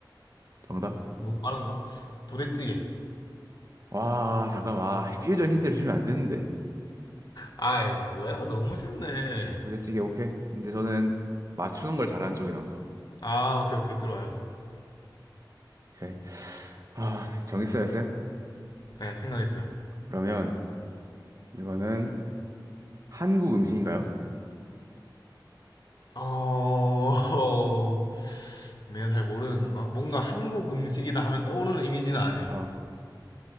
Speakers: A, on the right; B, on the left.
A: 정답?
B: 너무 빠른가? 부대찌개.
A: 와, 잠깐만. 아, 퓨전 힌트를 주면 안 되는데.
B: 아이, 뭐야? 너무 쉽네.
A: 부대찌개, 오케이. 근데 저는 맞추는 걸 잘하는 쪽이란 거.
B: 아, 오케이, 오케이. 들어와요.
A: 오케이. 아, 정했어요, 쌤?
B: 네, 생각했어요.
A: 그러면. 이거는 한국 음식인가요?
B: 어, <laughs> 내가 잘 모르는 건가? 뭔가 한국 음식이다 하면 떠오르는 이미지는 아니에요.
A: 아,